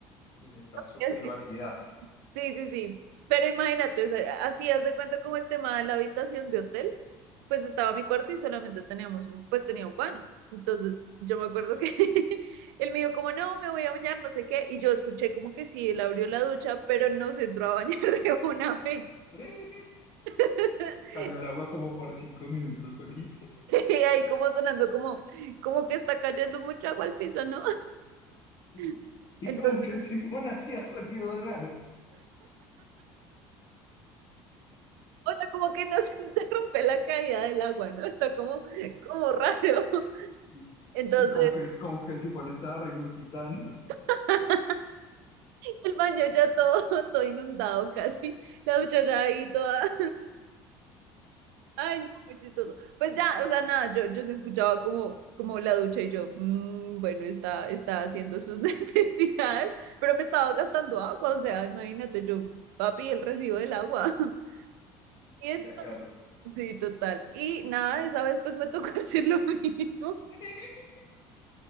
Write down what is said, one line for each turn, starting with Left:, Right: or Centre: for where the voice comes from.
Left: sí, necesitas su
Right: y así
Left: privacidad.
Right: Sí, sí, sí. Pero imagínate, o sea, así haz de cuenta como el tema de la habitación de hotel, pues estaba mi cuarto y solamente teníamos, un- pues tenía un baño. Entonces yo me acuerdo que <laughs> él me dijo como, no, me voy a bañar, no sé qué, y yo escuché como que sí, él abrió la ducha, pero no se entró a bañar <laughs> de una vez.
Left: <laughs>
Right: <laughs>
Left: Cayó el agua como por cinco minutos solita.
Right: Y ahí como sonando como, como que está cayendo mucha agua al piso, ¿no?
Left: Sí.
Right: <laughs>
Left: Y
Right: Entonces,
Left: como que el sifón hacía sonidos raros.
Right: o sea, como que no se <laughs> interrumpe la caída del agua, ¿no? Está como, como raro.
Left: Sí.
Right: Entonces...
Left: Y como que, como que el sifón estaba regurgitando. <laughs>
Right: <laughs> El baño ya todo, todo inundado casi, la duchera ahí toda. Ay, no, muy chistoso. Pues ya, o sea, nada, yo, yo sí escuchaba como, como la ducha y yo, "Mm, bueno, está, está haciendo sus <laughs> necesidades, pero me estaba gastando agua, o sea, imagínate, yo, papi, el recibo del agua. <laughs>
Left: Y
Right: Y
Left: llega
Right: entonces,
Left: Caro,
Right: sí, total. Y nada, esa vez pues me tocó <laughs> hacer lo mismo.
Left: <laughs>